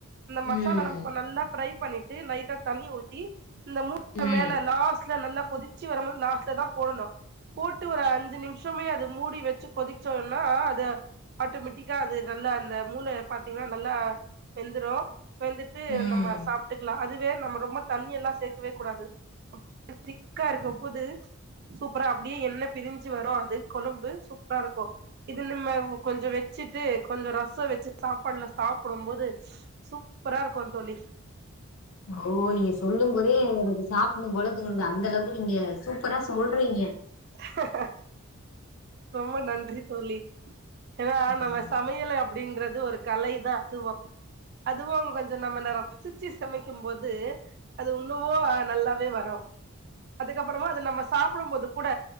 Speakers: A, on the right; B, on the left.
A: இந்த மசாலா
B: ம்
A: நம்ம நல்லா ஃரை பண்ணிட்டு லைட்டா தண்ணி ஊத்தி இந்த மூள
B: ம்
A: மேல லாஸ்ட்ல நல்லா கொதுச்சு வரும்போது லாஸ்ட்லதாம் போடணு போட் ட்டு ஒரு அஞ்சு நிம்ஷமே அது மூடி வெச்சு கொதிச்சோனா ஆ அத ஆட்டோமேட்டிக்கா அது நல்லா அந்த மூளைய பாத்தீங்கன்னா நல்லா வெந்துரு வெந்துட்டு
B: ம்
A: நம்ம சாப்புட்டுக்கலா அதுவே நம்ம ரொம்ப தண்ணி எல்லா சேக்கவே கூடாது <inaudible> திக்கா இருக்கும் போது சூப்பரா அப்டியே எண்ண பிரிஞ்சு வரு அது கொழும்பு சூப்பரா இருக்கு இது நிம்ம கொஞ்சோ வெச்சுட்டு கொஞ்சோ ரசோ வெச்சு சாப்பாடுல சாப்புடும் போது சூப்பரா இருக் குந் தோழி
B: ஓ நீங்க சொல்லும் போதே எனக்கு சாப்புடணும் போல தோணுது அந்த அளவுக்கு நீங்க சூப்பரா சொல்றீங்க
A: அஹ ரொம்ப நன்றி தோழி ஏன்னா
B: ம்
A: நம்ம சமையல அப்டின்றது ஒரு கலைதா அதுவு அதுவு கொஞ்ச நம்ம நேரோ ரசிச்சி சமைக்கும்போது அது இன்னவு நல்லாவே வரு அதுக்கப்புறமா அது நம்ம சாப்புடும்போது கூட